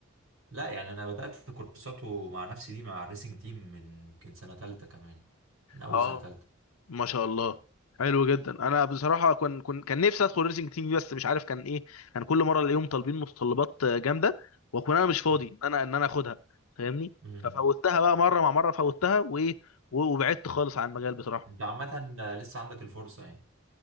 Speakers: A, on the right; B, on the left.
A: لا يعني انا بدأت في كورسات ومع نفسي دي مع الريسنج تيم من يمكن سنة تالتة كمان من اول
B: اه
A: سنة تالتة
B: ما شاء الله حلو جدا انا بصراحه كان كان كان نفسي ادخل ريسنج تيم دي بس مش عارف كان ايه كان كل مره الاقيهم طالبين متطلبات جامده واكون انا مش فاضي
A: مم.
B: ان انا ان انا اخدها فاهمني
A: مم.
B: ففوتها بقى مره مع مره فوتها وايه و- وبعدت خالص عن المجال بصراحه
A: انت عامة لسه عندك الفرصة يعني